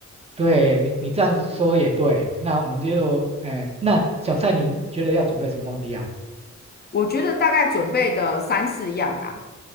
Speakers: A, on the right (about 20°); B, on the left (about 35°).
A: 对你你这样子说也对。那我们就，哎、那小菜你觉得要准备什么东西呀、
B: 我觉得大概准备的三四样啊，